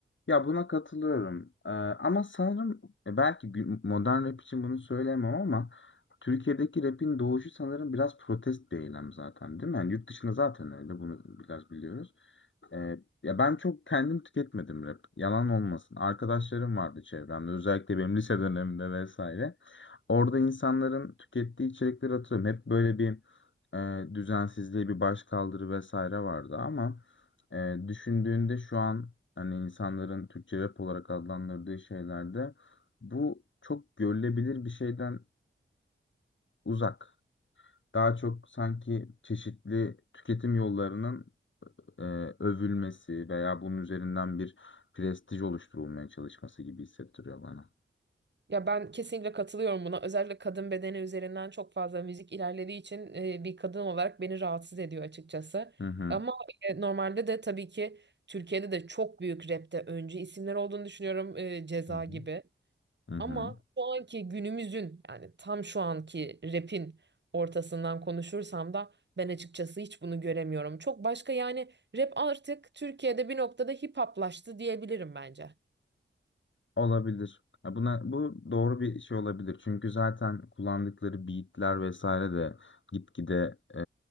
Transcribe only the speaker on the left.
Ya buna katılıyorum. E, ama sanırım e, belki gü- modern rap için bunu söyleyemem ama Türkiye'deki rapin doğuşu sanırım biraz protest bir eylem zaten değil mi? Yani yurt dışında zaten öyle bunu biraz biliyoruz. Ee, ya ben çok kendim tüketmedim rap. Yalan olmasın. Arkadaşlarım vardı çevremde. Özellikle benim lise dönemimde vesaire. Orada insanların tükettiği içerikleri hatırlıyorum. Hep böyle bir e, düzensizliği, bir başkaldırı vesaire vardı ama e, düşündüğünde şu an hani insanların Türkçe rap olarak adlandırdığı şeylerde bu çok görülebilir bir şeyden uzak. Daha çok sanki çeşitli tüketim yollarının e, övülmesi veya bunun üzerinden bir prestij oluşturulmaya çalışması gibi hissettiriyor bana.
Hı hı.
Hı hı.
Hı hı.
Olabilir. Ya Buna, bu doğru bir şey olabilir. Çünkü zaten kullandıkları beatler vesaire de gitgide e,